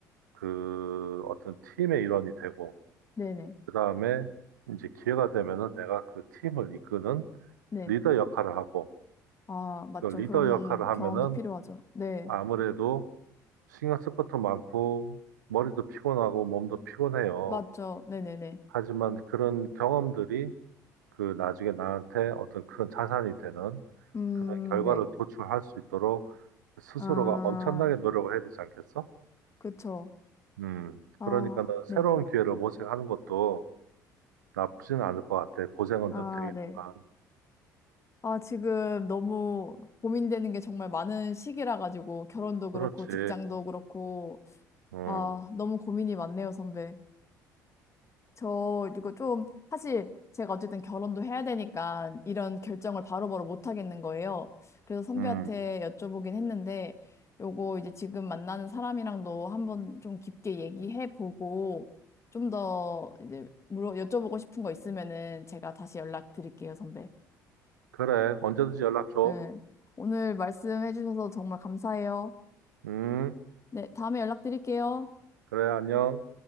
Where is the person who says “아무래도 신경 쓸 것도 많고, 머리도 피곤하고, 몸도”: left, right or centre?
Right